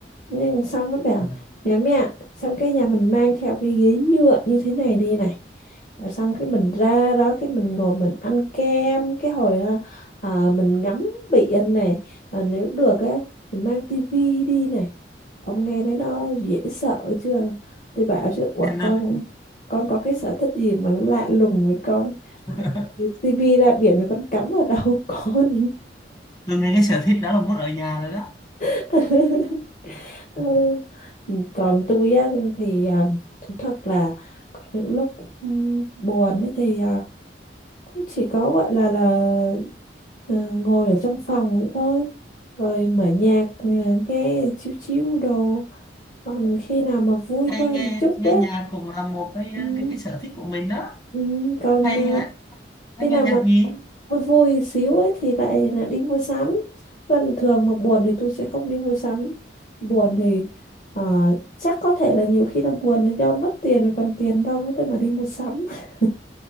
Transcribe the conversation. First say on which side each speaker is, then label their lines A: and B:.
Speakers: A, on the left; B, on the left.
A: nhưng xong nó bảo
B: Ừ.
A: mẹ mẹ xong cái nhà mình mang theo cái ghế nhựa như thế này đi này Ờ, xong cái mình ra đó cái mình ngồi mình ăn kem cái hồi ờ, ờ, mình ngắm biển này Ờ, nếu được á thì mang tivi đi này ông nghe thấy nó dễ sợ chưa tôi bảo chứ ủa
B: Nên,
A: con
B: ờ,
A: con có cái sở thích gì mà nó lạ lùng với con
B: <laughs>
A: tivi ra biển rồi con cắm ở đầu con
B: tôi nghe cái sở thích đó là muốn ở nhà rồi đó
A: <laughs> Ừ.
B: Ừ.
A: Còn tôi á thì à, thú thật là có những lúc ừm, buồn ấy thì à, cũng chỉ có gọi là là ờ, ngồi ở trong phòng vậy thôi rồi mở nhạc ờ, nghe chiếu chiếu đồ còn khi nào mà vui
B: nghe
A: hơn
B: nghe
A: một chút
B: nghe
A: á
B: nhạc cũng là một cái
A: ừm,
B: cái cái sở thích của mình đó
A: ừm, còn
B: hay
A: à,
B: á hay
A: khi
B: nghe
A: nào
B: nhạc
A: mà
B: nhí
A: vui vui xíu ấy thì lại là đi mua sắm. Còn thường mà buồn thì tôi sẽ không đi mua sắm. Buồn thì ờ, chắc có thể là nhiều khi là buồn là do mất tiền rồi còn tiền đâu để mà đi mua sắm. <laughs>